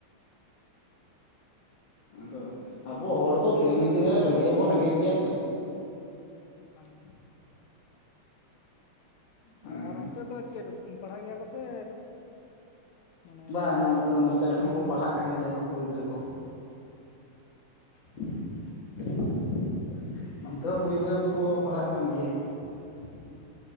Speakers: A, on the left (about 65°); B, on the left (about 75°).
A: ᱟᱫᱚ, ᱟᱵᱚ ᱦᱚᱲ
B: ᱜᱤᱫᱽᱨᱟᱹ
A: ᱫᱚ ᱠᱟᱹ ᱮᱢᱱᱤ ᱛᱮᱜᱮ
B: ᱞᱟᱹᱜᱤᱫ
A: ᱨᱮᱸᱜᱮᱡ ᱦᱚᱸᱵᱚᱱ ᱨᱮᱸᱜᱮᱡ ᱜᱮᱭᱟ ᱥᱮ᱾
B: ᱟᱪᱪᱷᱟ᱾
A: ᱦᱮᱸ
B: ᱟᱨ ᱚᱱᱛᱮ ᱫᱚ ᱪᱮᱫ, ᱯᱟᱲᱦᱟᱜ ᱜᱮᱭᱟ ᱠᱚ ᱥᱮ? ᱢᱟᱱᱮ
A: ᱵᱟᱝ ᱱᱚᱱ ᱱᱚᱱᱛᱮ ᱮᱠᱷᱚᱱ
B: ᱵᱟᱹᱫᱽ
A: ᱠᱚ
B: ᱵᱷᱤᱛ
A: ᱯᱟᱲᱦᱟᱜ
B: ᱨᱮᱠᱚ
A: ᱠᱟᱱ
B: ᱠᱟᱹᱢᱤ
A: ᱜᱮᱭᱟ ᱠᱚ ᱠᱩᱲᱤ ᱜᱤᱫᱽᱨᱟᱹ ᱠᱚ᱾ <inaudible> ᱱᱚᱱᱛᱮ ᱦᱚᱸ ᱠᱩᱲᱤ ᱜᱤᱫᱽᱨᱟᱹ ᱫᱚᱠᱚ ᱯᱟᱲᱦᱟᱜ ᱠᱟᱱ ᱜᱮᱭᱟ᱾
B: <inaudible>